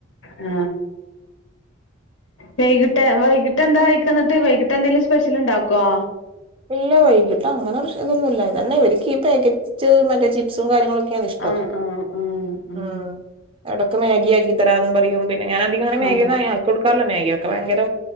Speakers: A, on the left; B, on the right.
A: ആ വൈകിട്ട് വൈകിട്ട് എന്താ കയിക്ക എന്നിട്ട് വൈകിട്ട് എന്തെിലും സ്പെഷ്യൽ ഇണ്ടാക്കോ
B: ഇല്ല വൈകിട്ട് അങ്ങനെ ഇതൊന്നുമ ഇല്ല ഇതന്നെ ഇവർക്ക് ഈ പാക്കറ്റ് മറ്റേ ചിപ്സും കാര്യങ്ങളൊക്കെ ഒക്കെയാ ഇഷ്ടം
A: ആഹ് ആഹ് ആഹ് ആഹ്
B: ഉം എവിടൊക്കെ മാഗ ആി തരാന്ന് പറയും പിന്നെ ഞാന അധികംങ്ങനെ മാഗി
A: ആഹ്
B: ആി കൊടുക്കാറില്ലോ മാഗിയൊക്കെ ഭയങ്കര